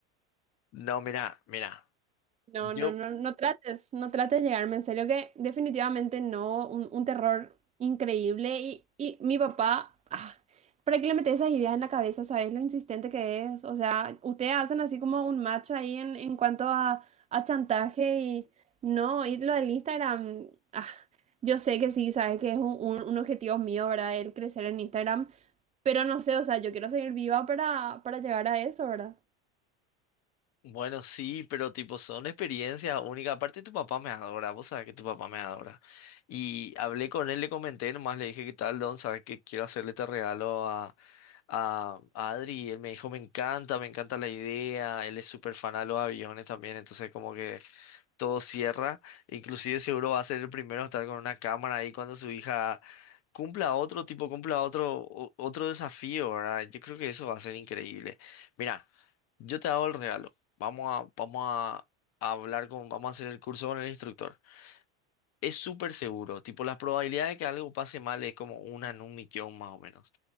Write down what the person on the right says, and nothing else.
No,
no, no, no trates, no trates de llegarme en serio, que definitivamente no, un, un terror increíble. Y, y mi papá, ah, ¿para qué le metes esas ideas en la cabeza? ¿Sabes lo insistente que es? O sea, ustedes hacen así como un match ahí en, en cuanto a, a chantaje y no, y lo del Instagram, ah, yo sé que sí, sabes que es un, un- un objetivo mío, ¿verdad? El crecer en Instagram, pero no sé, o sea, yo quiero seguir viva para, para llegar a eso, ¿verdad?